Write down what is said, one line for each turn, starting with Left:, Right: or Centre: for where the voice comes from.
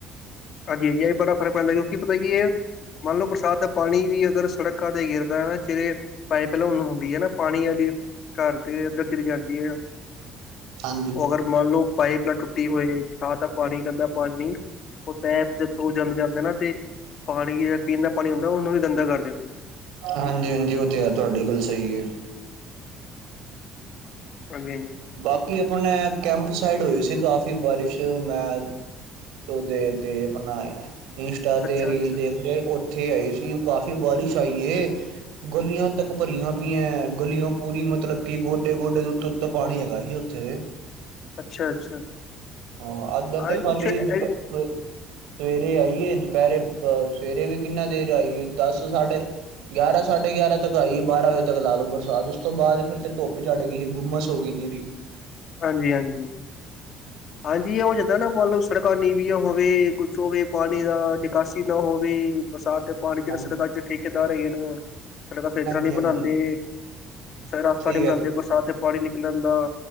Left: ਹਾਂਜੀ ਹਾਂਜੀ ਇਹ ਬੜਾ ਫਰਕ ਪੈਂਦਾ ਕਿਉਂਕਿ ਪਤਾ ਕੀ ਏ, ਮੰਨ ਲਓ ਬਰਸਾਤ ਦਾ ਪਾਣੀ ਵੀ ਅਗਰ ਸੜਕਾਂ ਤੇ ਗਿਰਦਾ ਹੈ ਨਾ ਚਿਰੇ ਪਾਈਪ ਪਹਿਲ <unintelligible> ਉਨੂੰ ਹੁੰਦੀ ਹੈ ਨਾ ਪਾਣੀ ਵਾਲੀ ਘਰ ਦੇ ਅੰਦਰ ਗਲੀ ਜਾਂਦੀ ਹੈ
Right: ਹਾਂਜੀ
Left: ਓ ਅਗਰ ਮੰਨ ਲਓ ਪਾਈਪ ਨਾ ਟੁੱਟੀ ਹੋਏ ਆ ਤਾਂ ਪਾਣੀ ਗਦਾ ਪਾਣੀ ਉਹ ਪੈਪ ਜਿੱਥੋਂ ਜਮ ਜਾਂਦੇ ਨਾ ਤੇ ਪਾਣੀ ਜਿੜ ਪੀਣ ਦਾ ਪਾਣੀ ਹੁੰਦਾ ਉਹਨੂੰ ਵੀ ਗੰਦਾ ਕਰ ਦਿੰਦੀ ਏ।
Right: ਹਾਂਜੀ ਹਾਂਜੀ ਉਹ ਤੇ ਹੈ ਤੁਹਾਡੀ ਗੱਲ ਸਹੀ ਹੈ।
Left: ਹਾਂਜੀ ਹਾਂਜੀ
Right: ਬਾਕੀ ਆਪਣੇ ਕੈਂਪ ਸਾਈਡ ਹੋਈ ਸੀ ਕਾਫ਼ੀ ਬਾਰਿਸ਼ ਮੈਂ ਓਦੇ ਤੇ ਆਪਣਾ ਇੰਸਟਾ
Left: ਅੱਛਾ
Right: ਤੇ ਰੀਲ
Left: ਅੱਛਾ
Right: ਦੇਖ ਰਏ। ਉੱਥੇ ਆਏ ਸੀ ਕਾਫ਼ੀ ਬਾਰਿਸ਼ ਆਈ ਏ। ਗਲੀਆਂ ਤੱਕ ਭਰੀਆਂ ਪਈਆਂ ਗਲੀਆਂ ਪੂਰੀ ਮਤਲਬ ਕਿ ਗੋਡੇ ਗੋਡੇ ਤੋਂ ਉਤੋਂ ਉਤੋਂ ਪਾਣੀ ਹੈਗਾ ਹੀ ਉੱਥੇ ਦੇ।
Left: ਅੱਛਾ ਅੱਛਾ
Right: ਹਾਂ ਅੱਦਾ ਤੇ
Left: ਆਜ
Right: ਖਾਲੀ
Left: ਕੁਛ ਐ-
Right: ਦੁਾਨ <unintelligible> ਸਵੇਰੇ ਆਈਏ ਦੁਪਹਿਰੇਹ ਸਵੇਰੇ ਵੀ ਕਿੰਨਾ ਦੇਰ ਆਈਏ ਦਸ ਸਾਢੇ ਗਿਆਰਾਂ ਸਾਢੇ ਗਿਆਰਾਂ ਤੱਕ ਆਈ ਬਾਰਾਂ ਵਜੇ ਤੱਕ ਲਓ ਬਰਸਾਤ ਉਸ ਤੋਂ ਬਾਅਦ ਫਿਰ ਤੇ ਧੁੱਪ ਚੜ੍ਹ ਗਈ ਹੀ। ਹੁੰਮਸਹੋ ਗਈ ਨਿਰੀ।
Left: ਹਾਂਜੀ ਹਾਂਜੀ ਹਾਂਜੀ ਇਹ ਹੋ ਜਾਂਦਾ ਨਾ ਮੰਨ ਲਓ ਸੜਕਾਂ ਨੀਵੀਆਂ ਹੋਵੇ ਕੁਛ ਹੋਵੇ ਪਾਣੀ ਦਾ ਨਿਕਾਸੀ ਨਾ ਹੋਵੇ ਬਰਸਾਤ ਤੇ ਪਾਣੀ ਜਿਹੜ
Right: ਹਾਂਜੀ
Left: ਸੜਕਾਂੱ ਠੇਕੇਦਾਰ ਹੀ ਨੇ ਸੜਕਾਂ ਸਈ ਤਰਾਂ
Right: ਹਾਂਜੀ
Left: ਨੀ
Right: ਹਾਂਜੀ
Left: ਬਣਾਂਦੇ ਰਾਸਤਾ
Right: ਸਹੀ
Left: ਨੀ ਬਣਾਂਦੇ
Right: ਗੱਲ
Left: ਬਰਸਾਤ ਦੇ ਪਾਣੀ ਨਿਕਲਣ ਦਾ।